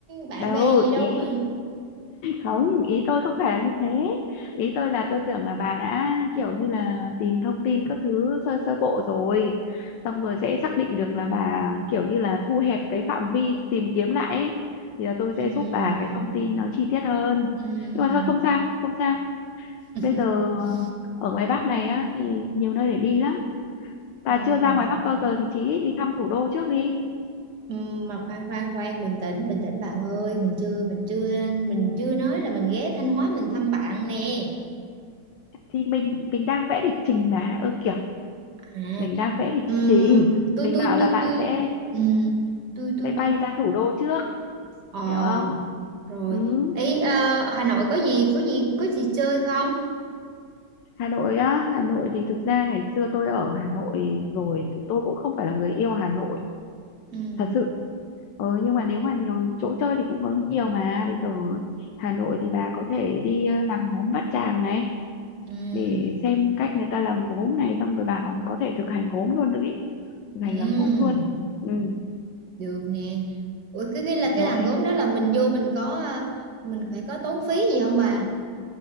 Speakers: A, on the right; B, on the left.
A: bạn
B: đâu
A: bè gì đâu
B: ý
A: mà.
B: không ý tôi không phải là như thế ý tôi là tôi tưởng là bà đã kiểu như là tìm thông tin các thứ sơ sơ bộ rồi xong rồi sẽ xác định được là bà kiểu như là thu hẹp cái phạm vi tìm kiếm lại ấy. thì là tôi
A: Ừm,
B: sẽ giúp bà cái thông tin nó chi tiết hơn
A: ừm,
B: nhưng mà thôi không sao không sao
A: <laughs>
B: bây giờ ờ, ở ngoài Bắc này á thì nhiều nơi để đi lắm bà
A: ừm.
B: chưa ra ngoài Bắc bao giờ thì chí ít đi thăm thủ đô trước đi
A: Ừ, mà khoan khoan khoan bình tĩnh bình tĩnh bạn ơi mình chưa mình chưa mình chưa nói là mình ghé Thanh Hóa mình thăm bạn nè
B: thì mình mình đang vẽ lịch trình mà ơ kiểu
A: à,
B: mình đang vẽ lịch
A: ừm,
B: trình
A: tôi
B: mình
A: tôi
B: bảo
A: tôi
B: là bạn
A: tôi
B: sẽ
A: ừm, tôi tôi
B: sẽ bay
A: tôi
B: ra thủ đô trước
A: ờ
B: hiểu không
A: rồi
B: ừ.
A: ý ờ, Hà Nội có gì có gì có gì chơi không
B: Hà Nội á Hà Nội thì thực ra ngày xưa tôi ở Hà Nội rồi thì tôi cũng không phải là người yêu Hà Nội
A: Ừm,
B: thật sự ừ, nhưng mà nếu mà nhiều chỗ chơi thì cũng có nhiều mà bây giờ Hà Nội thì bà có thể đi ờ, làng gốm Bát Tràng này
A: ừm,
B: để xem cách người ta làm gốm này xong rồi bà còn có thể thực hành gốm luôn nữa ý. thực hành
A: ừm,
B: làm gốm luôn ừ.
A: được nè Ủa, cái cái là
B: rồi
A: cái làng gốm đó là mình vô mình có ờ, mình phải có tốn phí gì không bà